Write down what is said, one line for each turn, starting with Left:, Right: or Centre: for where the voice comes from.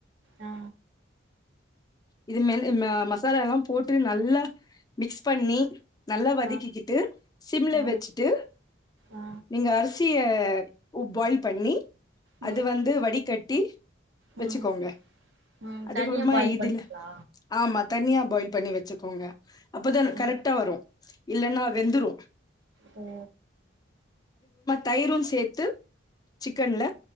Right: ஆ
Left: இது மேலி மசாலாலா எல்லா போட்டு நல்லா மிக்ஸ் பண்ணி நல்லா வதக்கிக்கிட்டு
Right: ஆ
Left: சிம்ல
Right: ஆ
Left: வெச்சுட்டு
Right: ஆ
Left: நீங்க அரிசிய அ உ பாய்ல் பண்ணி
Right: ம்
Left: அது வந்து வடிகட் டி வெச்சிக்கோங்க
Right: ம் ம்
Left: அதுக்கப்றம
Right: தனியா பாயில்
Left: இதுல
Right: பண்ணிங்களா
Left: ஆமா தனியா பாய்ல் பண்ணி வச்சுக்கோங்க அப்பதா
Right: ஓ
Left: கரெக்ட்டா வரு இல்லனா வெந்துரு
Right: ஒ
Left: தய்ரு சேர்த்து சிக்கன்ல